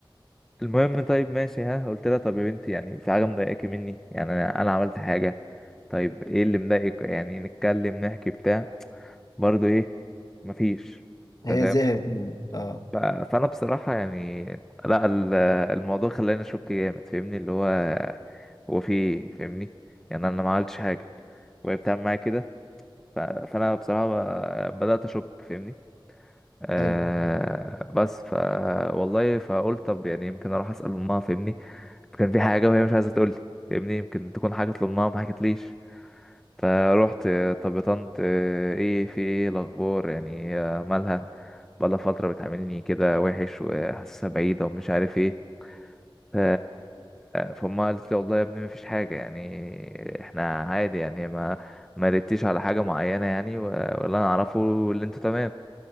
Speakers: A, in the centre; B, on the left.
A: المهم طيب ماشي ها قلت لها طب يا بنتي يعني في حاجه مضايقاكي مني يعني انا أنا عملت حاجه طيب ايه اللي مضايقك يعني نتكلم نحكي بتاع برضو ايه مفيش
B: هي
A: انت فاهم؟
B: زهقت منك اه
A: ف- فانا بصراحه يعني لا ال- الموضوع خلاني اشك جامد فاهمني اللي هو هو في إيه؟ فاهمني يعني انا ما عملتش حاجه وهي بتعمل معايا كده ف- فانا بصراحه ب- بدات اشك فاهمني آه
B: حلو
A: بس ف والله فقلت طب يعني يمكن اروح اسال امها فاهمني كان في حاجه وهي مش عايزه تقول لي فاهمني يمكن تكون حاجه لامها ما حكتليش فروحت طب طنط آه، ايه في ايه الاخبار يعني هي مالها بقالها فتره بتعاملني كده وحش وحاسسها بعيده ومش عارف ايه ف- فامها قالت لي والله يا ابني مفيش حاجه يعني احنا عادي يعني ما ما ردتيش على حاجه معينه يعني و- ولا انا اعرفه اللي انتوا تمام